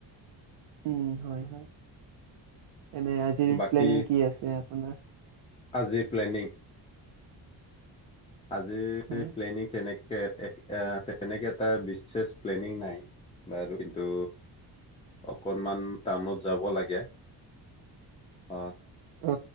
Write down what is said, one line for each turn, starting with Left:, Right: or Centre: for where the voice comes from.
Right: উ হয় হয় এনে আজিৰ
Left: বাকী
Right: প্লেনিং কি আছে আপোনাৰ? <unintelligible>
Left: আজিৰ প্লেনিং <unintelligible> আজি
Right: হয়।
Left: প্লেনিং তেনেক তেনেকে এটা বিশ্বেষ প্লেনিং নাই বাৰু কিন্তু <unintelligible> অকনমান টাউনত যাব লাগে অ।
Right: অ